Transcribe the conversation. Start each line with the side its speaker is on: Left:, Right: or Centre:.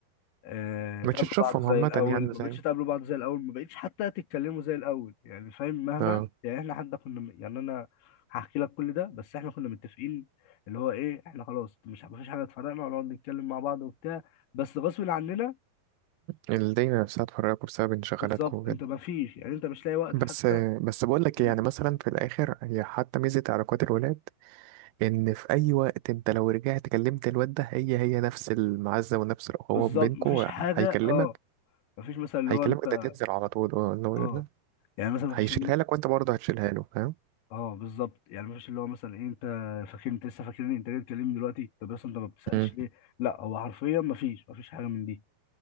Left: آه،
Right: مش
Left: تقابلوا
Right: هتشوفهم
Left: بعض زي
Right: عامة
Left: الاول
Right: يعني
Left: ما
Right: زي
Left: بقتش تقابلوا بعض زي الاول ما بقتش حتى تتكلموا زي الاول يعني فاهم مهما
Right: اه
Left: يعني احنا حتى كنا م- يعني انا هحكي لك كل ده بس احنا كنا متفقين اللي هو ايه احنا خلاص مش مفيش حاجه تفرقنا ونقعد نتكلم مع بعض وبتاع بس غصب عننا
Right: الدنيا نفسها تفرقكوا بسبب انشغالاتكم
Left: بالظبط
Right: وكده
Left: انت مفيش يعني انت مش لاقي وقت
Right: بس
Left: حتى
Right: بس بقول لك
Left: تتكلم
Right: إيه، يعني مثلا في الاخر هي حتى ميزه علاقات الولاد ان في اي وقت انت لو رجعت كلمت الواد ده هي هي نفس المعزه ونفس الاخوه
Left: بالظبط
Right: بينكو
Left: مفيش حاجه
Right: هيكلمك
Left: اه مفيش مثلا اللي
Right: هيكلمك
Left: هو انت
Right: ده تنزل على طول اه، اللي هو
Left: اه
Right: يقول لك
Left: يعني مثلا مفيش
Right: هيشيلها لك وانت برضه هتشيلها له فاهم
Left: اه بالظبط يعني مفيش اللي هو مثلا إيه انت فاكر انت لسه فاكرني انت جاي تكلمني دلوقتي طب اصلا انت ما بتسالش
Right: امم
Left: ليه لا هو حرفيا مفيش مفيش حاجه من دي